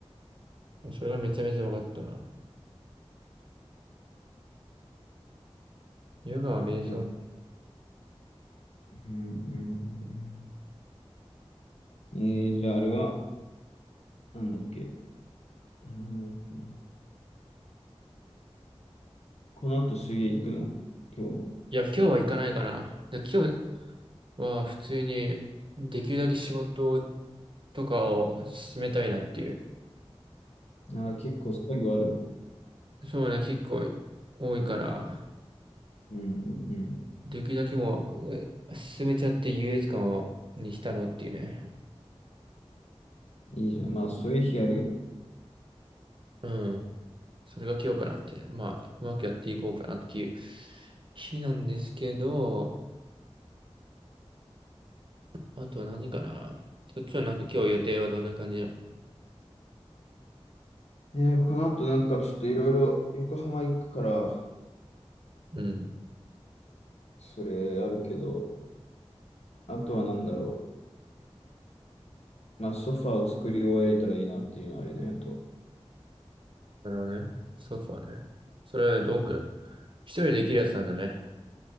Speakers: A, on the right; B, on the left.
A: う。それがめちゃめちゃ分かったな。ヨガは瞑想。
B: うん、うん、うんうん。えー、じゃああれは、なんだっけあなんだっけな。この後水泳行くの今日も。
A: いや、今日は行かないかな。で今日は普通にできるだけ仕事をとかを進めたいなっていう。
B: あー、結構作業あるの。
A: そうね、結構多いから、
B: うんうんうん。
A: できるだけもう、え進めちゃって優越感を、にしたろうっていうね。
B: いいじゃん。まあそういう日あるよね。
A: うん。それが今日かなって。まあ、うまくやっていこうかなっていう日なんですけど、あと何かな。そっちはなんか今日予定はどんな感じなの
B: ねえ、この後なんかちょっといろいろ横浜行くから、
A: うん。
B: それあるけど、あとはなんだろう。まあソファーを作り終えれたらいいなっていうのはあれだよと。
A: なるほどね。ソファね。それはどんくらい一人できるやつなんだね。